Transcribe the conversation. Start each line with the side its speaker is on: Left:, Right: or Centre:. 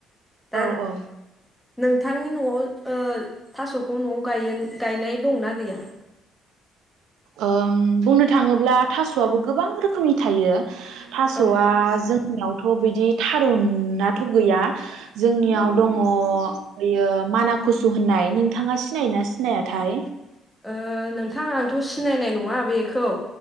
Centre: दा
Right: औ औ
Centre: नोंथांनि न'आव ओ थास'खौ न'आव गायनाय दंना गैया?
Right: ओम बुंनो थाङोब्ला थास'आबो गोबां रोखोमनि थायो थास'आ
Centre: औ
Right: जों <unintelligible> नावथ' बिदि थारुनाथ' गैया जोंनियाव
Centre: औ
Right: दङ बेयो माना कुसु होननाय नोंथाङा सिनायोना सिनायाथाय
Centre: ओ नोंथां आंथ' सिनायनाय नङा बेखौ